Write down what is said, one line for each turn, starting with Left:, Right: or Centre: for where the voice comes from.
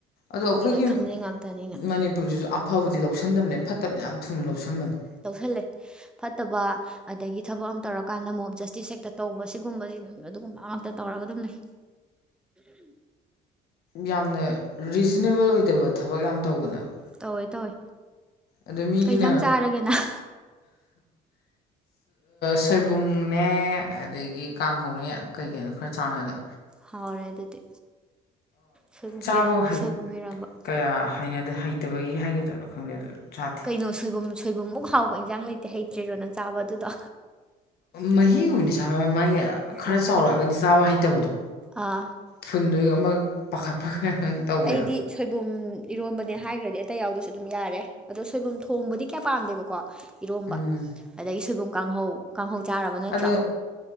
Left: ꯑꯗꯣ ꯑꯩꯈꯣꯏꯒꯤ
Centre: ꯃꯤ ꯂꯣꯏ ꯈꯪꯅꯩ ꯉꯥꯛꯇꯅꯤꯅ
Left: ꯃꯅꯤꯄꯨꯔꯗꯨꯁꯨ ꯑꯐꯕꯗꯤ ꯂꯧꯁꯟꯗꯕꯅꯦ ꯐꯠꯇꯕꯗꯤ ꯌꯥꯝ ꯊꯨꯅ ꯂꯧꯁꯟꯕꯅꯦ
Centre: ꯂꯧꯧꯁꯤꯜꯂꯦ ꯐꯠꯇꯕ ꯑꯗꯒꯤ ꯊꯕꯛ ꯑꯃ ꯇꯧꯔꯀꯥꯟꯗ ꯃꯣꯞ ꯖꯁꯇꯤꯁ ꯍꯦꯛꯇ ꯇꯧꯕ ꯁꯤꯒꯨꯝ ꯑꯗꯨꯒꯨꯝꯕꯗꯤ ꯑꯗꯨꯒꯨꯝꯕ ꯉꯇ ꯇꯧꯔꯒ ꯑꯗꯨꯝ ꯂꯩ
Left: ꯌꯥꯝꯅ ꯔꯤꯖꯅꯦꯕꯜ ꯑꯣꯏꯗꯕ ꯊꯕꯛ ꯌꯥꯝ ꯇꯧꯕꯅꯦꯕ
Centre: ꯇꯧꯋꯦ ꯇꯧꯋꯦ
Left: ꯑꯗ ꯃꯤꯒꯤꯅ
Centre: ꯀꯩ ꯏꯟꯖꯥꯡ ꯆꯥꯔꯒꯦ ꯅꯪ
Left: ꯁꯣꯏꯕꯨꯝꯅꯦ ꯑꯗꯒꯤ ꯀꯥꯡꯈꯧꯅꯦ ꯀꯩ ꯀꯩꯅꯣ ꯈꯔ ꯆꯥꯡꯅꯗ
Centre: ꯍꯔꯦ ꯑꯗꯨꯗꯤ ꯁꯣꯏꯕꯨꯝ
Left: ꯆꯥꯕ
Centre: ꯏꯔꯣꯝꯕ
Left: ꯍꯩ
Centre: ꯁꯣꯏꯕꯨꯝ ꯏꯔꯣꯝꯕ
Left: ꯀꯌꯥ ꯍꯩꯅ ꯍꯩ ꯍꯠꯇꯕꯒꯤ ꯍꯥꯏꯒꯦꯗꯣꯏꯔꯥ ꯈꯪꯗꯦ ꯑꯗꯣ ꯆꯥ
Centre: ꯀꯩꯅꯣ ꯁꯣꯏꯕꯨꯝ ꯁꯣꯏꯕꯨꯝꯃꯨꯛ ꯍꯥꯎꯕ ꯏꯟꯖꯥꯡ ꯂꯩꯇꯦ ꯍꯩꯇ꯭ꯔꯤꯔꯣ ꯅꯪ ꯆꯥꯕ ꯑꯗꯨꯗꯣ
Left: ꯃꯍꯤꯒꯨꯝꯕꯗꯤ ꯆꯥꯕ ꯃꯥꯒꯤ ꯈꯔ
Centre: ꯑꯣ
Left: ꯆꯥꯎꯔꯛꯑꯒꯗꯤ ꯆꯥꯕ ꯍꯩꯇꯕꯗꯣ
Centre: ꯑꯥ
Left: ꯐꯨꯟꯗꯨ ꯑꯃ ꯄꯥꯈꯠꯄ ꯇꯧꯋꯦꯕ
Centre: ꯑꯩꯗꯤ ꯁꯣꯏꯕꯨꯝ ꯏꯔꯣꯟꯕꯅꯦ ꯍꯥꯏꯈ꯭ꯔꯗꯤ ꯑꯇꯩ ꯌꯥꯎꯗꯁꯨ ꯑꯗꯨꯝ ꯌꯥꯔꯦ ꯑꯗꯣ ꯁꯣꯏꯕꯨꯝ ꯊꯣꯡꯕꯗꯤ ꯀꯌꯥ ꯄꯥꯝꯗꯦꯕꯀꯣ ꯏꯔꯣꯝꯕ
Left: ꯎꯝ
Centre: ꯑꯗꯒꯤ ꯁꯣꯏꯕꯨꯝ ꯀꯥꯡꯍꯧ ꯀꯥꯡꯍꯧ ꯆꯥꯔꯕ ꯅꯠꯇ꯭ꯔꯣ
Left: ꯑꯗꯣ